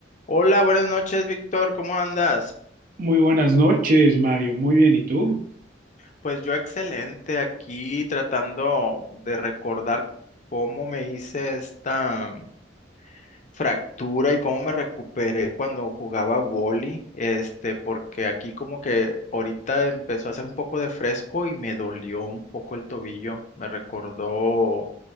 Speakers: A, on the left (about 40°); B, on the right (about 50°).
A: Hola, buenas noches, Víctor, ¿cómo andas?
B: Muy buenas noches, Mario. Muy bien, ¿y tú?
A: Pues yo excelente aquí tratando de recordar cómo me hice esta mm, fractura y cómo me recuperé cuando jugaba vóley, este, porque aquí como que ahorita empezó a hacer un poco de fresco y me dolió un poco el tobillo, me recordó